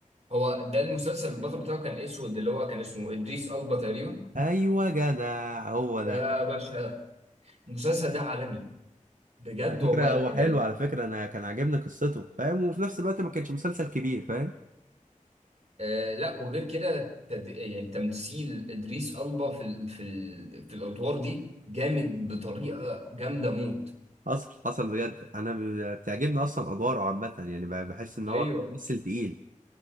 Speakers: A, on the right; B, on the right.
A: هو ده المسلسل البطل بتاعه كان اسود اللي هو كان اسمه ادريس البا تقريبا
B: ايوه جدع هو ده
A: يا باشا المسلسل ده عالمي بجد
B: على فكرة
A: والله
B: هو
A: آه
B: حلو على فكرة انا كان عاجبني قصته فاهم وفي نفس الوقت ما كانش مسلسل كبير فاهم
A: آه لا وغير كده تد... يعني تمثيل ادريس البا في ال... في ال... في الادوار دي جامد بطريقه جامده موت
B: حصل حصل بجد انا ب- بتعجبني اصلا ادواره عامة يعني ب- بحس ان
A: ايوه
B: هو ممثل تقيل